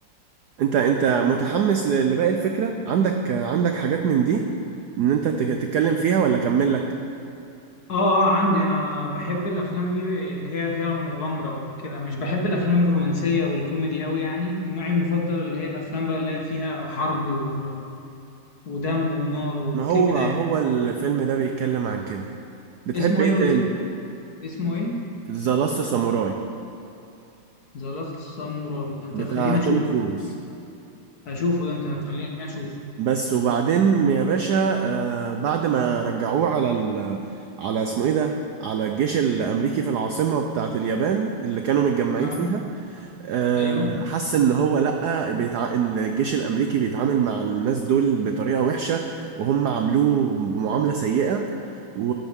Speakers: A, on the right; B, on the left.
A: انت انت متحمس ل- لباقي الفكرة عندك آه، عندك حاجات من دي ان انت تك- تتكلم فيها ولا اكمل لك
B: اه اه عندي انا بحب الافلام دي اللي هي فيها مغامرة وكده مش بحب الافلام الرومانسية والكوميدي قوي يعني النوع المفضل اللي هي الافلام بقى اللي هي فيها حرب و... ودم ونار وكده
A: ما هو هو
B: يعني
A: الفيلم ده بيتكلم عن كده بتحب
B: اسمه
A: ايه
B: ايه قلت
A: تاني
B: لي اسمه ايه
A: ذا لاست ساموراي
B: ذا لاست ساموراي ده انت
A: بتاع
B: هتخليني
A: توم
B: اشوف
A: كروز
B: اشوفه ده انت هتخليني اشوف
A: بس وبعدين يا باشا آه بعد ما رجعوه على ال على اسمه ايه ده على الجيش الامريكي في العاصمة بتاعت اليابان اللي كانوا متجمعين
B: اه
A: فيها آه،
B: ايوه
A: حس ان هو لا بيتع... ان الجيش الامريكي بيتعامل مع الناس دول بطريقه وحشه وهم عاملوه بمعامله سيئه و...